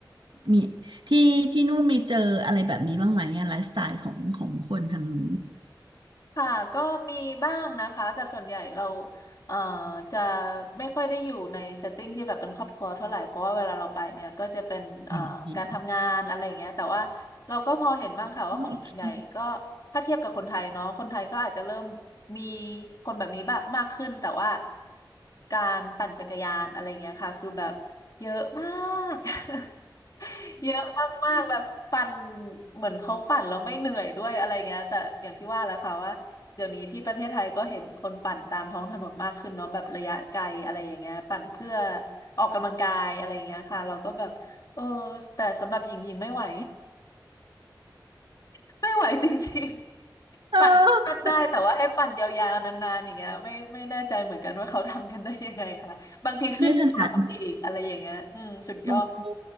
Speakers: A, on the right; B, on the left.
A: มีที่ที่นู่นมีเจออะไรแบบนี้บ้างไหมอะไลฟ์สไตล์ของของคนทางนู้น
B: ค่ะก็มีบ้างนะคะแต่ส่วนใหญ่เราเอ่อจะไม่ค่อยได้อยู่ในเซตติ้งที่แบบเป็นครอบครัวเท่าไหร่เพราะว่าเวลาเราไปเนี่ยก็จะเป็นเอ่อการทำงานอะไรอย่างเงี้ยแต่ว่าเราก็พอเห็นบ้างค่ะว่าคนส่วนใหญ่ก็
A: อืมอืมโอเค
B: ถ้าเทียบกับคนไทยเนาะคนไทยก็อาจจะเริ่มมีคนแบบนี้บ้างมากขึ้นแต่ว่าการปั่นจักรยานอะไรอย่างเงี้ยค่ะคือแบบเยอะมาก <laughs> เยอะมากๆแบบปั่นเหมือนเขาปั่นแล้วไม่เหนื่อยด้วยอะไรเงี้ยแต่อย่างที่ว่าแหละค่ะว่า เดี๋ยวนี้ที่ประเทศไทยก็เห็นคนปั่นตามท้องถนนมากขึ้นเนาะแบบระยะไกลอะไรอย่างเงี้ยปั่นเพื่อออกกำลังกายอะไรอย่างเงี้ยค่ะเราก็แบบเออแต่สำหรับหญิงหญิงไม่ไหว <laughs> ไม่ไหวจริงๆปั่นปั่นได้แต่ว่าให้ปั่นยาวๆนานๆอย่างเงี้ยไม่ไม่แน่ใจเหมือนกันว่าเขาทำกันได้ยังไงค่ะบางทีขึ้นเขาอีกอะไรอย่างเงี้ยอืมสุดยอด
A: เออไม่ถนัดโอ้โห